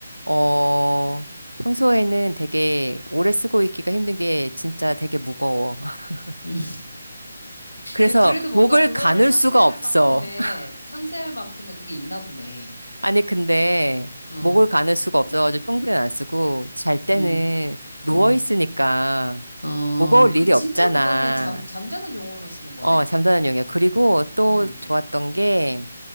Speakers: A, on the right; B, on the left.
A: 어, 평소에는 되게 오래 쓰고 있기가 힘든 게 진짜 되게 무거워. <laughs>
B: 음. <laughs>
A: 그래서
B: 야, 그래도 뭔가
A: 목을
B: 그거를
A: 가눌
B: 상세할
A: 수가 없어.
B: 만큼의
A: <laughs>
B: 상세할 만큼의 그게 있나 보네.
A: 아니, 근데
B: 어,
A: 목을 가눌 수가 없어가지고 평소에는 안 쓰고 잘 때는
B: 음,
A: 누워
B: 음,
A: 있으니까
B: 어,
A: 무거울
B: 그
A: 일이
B: 진짜
A: 없잖아.
B: 그거는 잠 잠자는 용어로만 쓰는 거네.
A: 어, 잠자는 용이야. 그리고 또
B: 음,
A: 좋았던 게